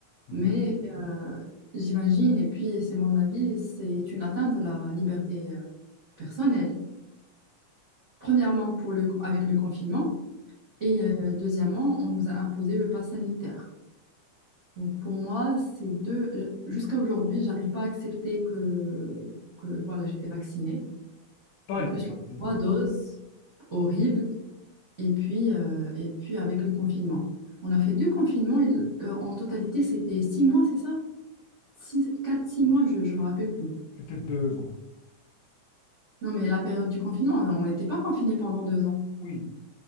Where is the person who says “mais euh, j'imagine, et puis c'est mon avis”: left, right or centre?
Right